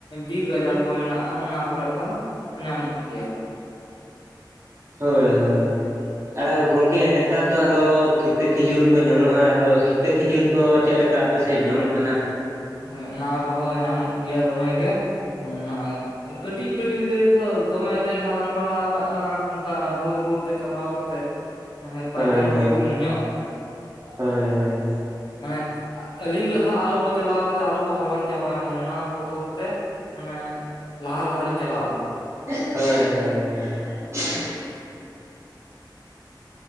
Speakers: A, on the left; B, on the right.
A: ᱵᱤᱨ ᱜᱟᱡᱟᱲ ᱠᱚ ᱢᱮᱱᱟᱜ-ᱟ ᱚᱱᱟ ᱠᱚᱨᱮ ᱦᱚᱸ ᱧᱟᱢᱚᱜ ᱜᱮᱭᱟ᱾
B: ᱦᱳᱭ ᱦᱳᱭ ᱦᱳᱭ ᱟᱨᱚ ᱜᱚᱢᱠᱮ ᱱ ᱱᱮᱛᱟᱨ ᱫᱚ ᱟᱨᱚ ᱠᱤᱛᱟᱹ ᱠᱷᱤᱡᱩᱨ ᱠᱚ ᱧᱟᱢᱚᱜ-ᱟ ᱟᱫᱚ ᱠᱤᱛᱟᱹ ᱠᱷᱤᱡᱩᱨ ᱠᱚ ᱪᱮᱫ ᱞᱮᱠᱟ ᱟᱯᱮᱥᱮᱫ ᱧᱟᱢᱚᱜ ᱠᱟᱱᱟ
A: ᱦᱳᱭ ᱚᱱᱟ ᱠᱚᱦᱚᱸ ᱧᱟᱢᱚᱜ ᱜᱮᱭᱟ ᱫᱚᱢᱮᱜ ᱜᱮ ᱚᱱᱟ ᱠᱟᱹᱴᱤᱡ ᱨᱮ ᱞᱤᱧ ᱞᱟᱹᱭᱮᱫ ᱫᱚ ᱫᱚᱢᱮᱮᱞᱤᱧ ᱦᱟᱞᱟᱝ ᱵᱟᱲᱟ ᱠᱟᱜ-ᱟ ᱚᱱᱠᱟ ᱵᱷᱳᱨ ᱵᱷᱳᱨ ᱛᱮ ᱪᱟᱞᱟᱣ ᱠᱟ ᱛᱮᱫ <unintelligible> ᱯᱟᱭ
B: ᱦᱳᱭ
A: ᱛᱟᱝ
B: ᱦᱳᱭ
A: ᱯᱩᱭ ᱛᱩ ᱧᱚᱜ
B: ᱦᱳᱭ ᱦᱳᱭ ᱦᱳᱭ
A: ᱢᱟᱱᱮ ᱟᱹᱞᱤᱧ ᱞᱟᱦᱟ ᱟᱞᱚ ᱠᱚ ᱪᱟᱞᱟᱣ ᱠᱟᱛᱮ ᱟᱞᱚ ᱠᱚ ᱦᱟᱞᱟᱝ ᱪᱟᱵᱟᱭ ᱢᱟ ᱚᱱᱟ ᱵᱚᱛᱚᱨ ᱛᱮ ᱢᱟᱱᱮ ᱞᱟᱦᱟ ᱞᱟᱦᱟ ᱞᱤᱧ ᱪᱟᱞᱟᱣ ᱠᱟᱜ-ᱟ᱾
B: <unintelligible> <unintelligible>
A: <unintelligible>